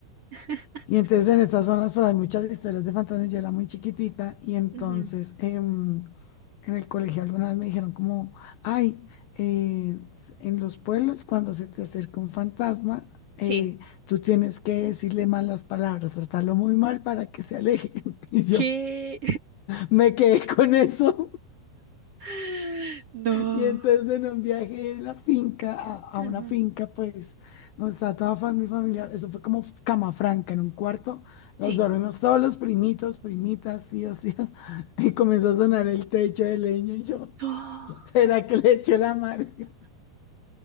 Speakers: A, on the right; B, on the left.
A: <laughs>
B: Y entonces en estas zonas pues hay muchas historias de fantasmas, yo era muy chiquitita y entonces
A: Ujú,
B: em, en el colegio alguna vez me dijeron como, ay, eh, s- en los pueblos cuando se te acerca un fantasma,
A: Sí.
B: eh, tú tienes que decirle malas palabras, tratarlo muy mal para que se aleje. <laughs> Y yo
A: ¿Qué?
B: me quedé con eso.
A: <laughs> No.
B: Y entonces en un viaje de la finca a, a
A: Ujú,
B: una finca, pues, donde estaba toda fa- mi familia, eso fue como cama franca, en un cuarto,
A: Sí.
B: nos dormimos todos los primitos, primitas, tíos, tías, <laughs> y comenzó a sonar el techo de leña y yo,
A: Oh,
B: ¿será que le echo la mano? <laughs>